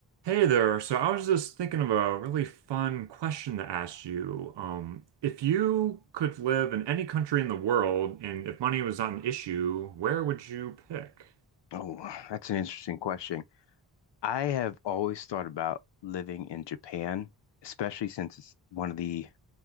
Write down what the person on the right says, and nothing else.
Hey there. So I was just thinking of a really fun question to ask you. Um, if you could live in any country in the world and if money was not an issue, where would you pick?